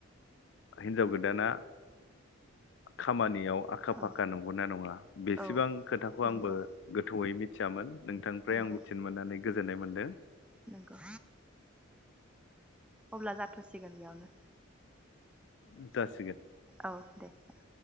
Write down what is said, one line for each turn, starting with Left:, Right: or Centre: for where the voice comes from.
Left: हिनजाव गोदाना खामानि याव आखा
Centre: औ
Left: फाखा नंगौना नङा बेसेबां
Centre: औ
Left: खोथाखौ आंबो
Centre: नंगौ
Left: गोथौयै मि थियामोन। नोंथांनिफ्राय
Centre: नंगौ
Left: आं मिथिनो मोननानै गोजोननाय मोनदों।
Centre: नंगौ अब्ला जाथ'सिगोन बेयावनो।
Left: जा
Centre: औ दे औ।